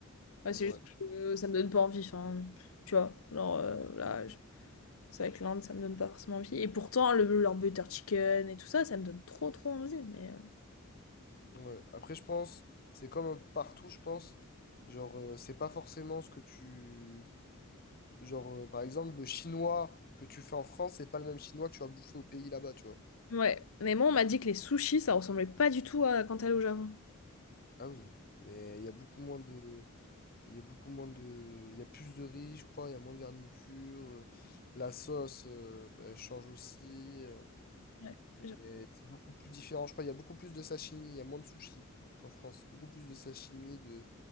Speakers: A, on the left; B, on the left.
A: Ouais,
B: Ouais.
A: c'est juste que ça me donne pas envie. Enfin, tu vois, genre euh, là, je- c'est avec l'Inde, ça me donne pas forcément envie. Et pourtant, le, leur butter chicken et tout ça, ça me donne trop trop envie. Mais
B: Ouais. Après, je pense, c'est comme partout, je pense. Genre, euh, c'est pas forcément ce que tu. Genre, euh, par exemple, le chinois que tu fais en France, c'est pas le même chinois que tu vas bouffer au pays là-bas, tu vois.
A: euh, ouais, mais moi, on m'a dit que les sushis, ça ressemblait pas du tout à quand t'allais au Japon.
B: Ah oui, mais il y a beaucoup moins de. Il y a beaucoup moins de. Il y a plus de riz, je crois, il y a moins de garniture. euh, La sauce euh, bah, change aussi. euh,
A: Ouais. j'ai-
B: et c'est beaucoup plus différent. Je crois il y a beaucoup plus de sashimi, il y a moins de sushi qu'en France. Beaucoup plus de sashimi, de,